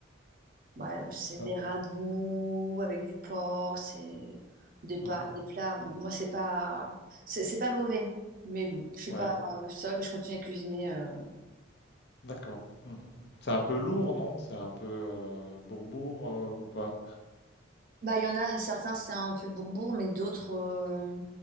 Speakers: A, on the right; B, on the left.
A: bah, c'est
B: Ça...
A: des ragoûts avec du porc, c'est des, pa-
B: mhm,
A: des plats. Bon, moi, c'est pas... C'est c'est pas mauvais, mais bon, je suis
B: Ouais.
A: pas... euh, C'est vrai que je continue à cuisiner. euh,
B: D'accord. Mmh C'est un peu lourd, non? C'est un peu, heu, bourre-bourre, ou pas?
A: Bah, il y en a certains, c'est un peu bourbourg, mais d'autres, euh,